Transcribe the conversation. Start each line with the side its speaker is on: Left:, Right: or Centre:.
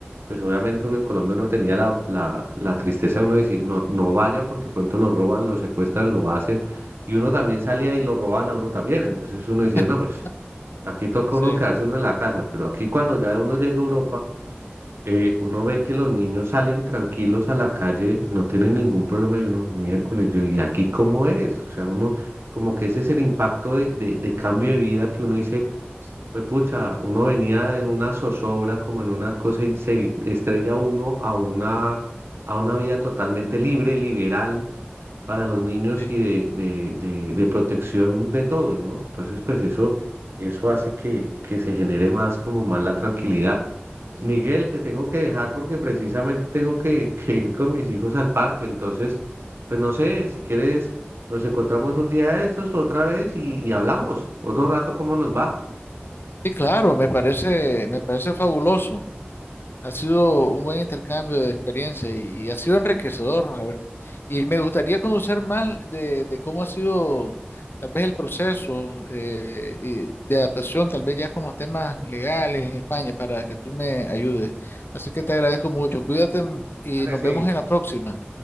Right: Pues obviamente uno en Colombia no tenía la, la, la tristeza de uno decir, no, no vaya porque pronto lo roban, lo secuestran, lo hacen. Y uno también salía y lo roban a uno también. Entonces uno decía,
Left: <laughs>
Right: no, pues Aquí toca
Left: Sí,
Right: uno quedarse uno en la casa, pero aquí cuando ya uno llega a Europa, eh, uno ve que los niños salen tranquilos a la calle, no tienen ningún problema y uno, miércoles, yo, ¿y aquí cómo es? O sea, uno como que ese es el impacto de, de, de cambio de vida que uno dice. Pues pucha, uno venía en una zozobra, como en una cosa, y se estrella uno a una, a una vida totalmente libre, liberal para los niños
Left: sí.
Right: y de, de, de, de protección de todos, ¿no? Entonces, pues eso, eso hace que, que se genere más como más la tranquilidad. Miguel, te tengo que dejar porque precisamente tengo que, que ir con mis hijos al parque, entonces, pues no sé, si quieres, nos encontramos un día de estos otra vez y, y hablamos, otro rato cómo nos va.
Left: Sí, claro, me parece, me parece fabuloso. Ha sido un buen intercambio de experiencia y, y ha sido enriquecedor. ¿no? A ver, y me gustaría conocer más de, de cómo ha sido tal vez el proceso eh, y de adaptación, tal vez ya con los temas legales en España, para que tú me ayudes. Así que te agradezco mucho. Cuídate mm, y
Right: Claro
Left: nos
Right: que sí,
Left: vemos en la próxima.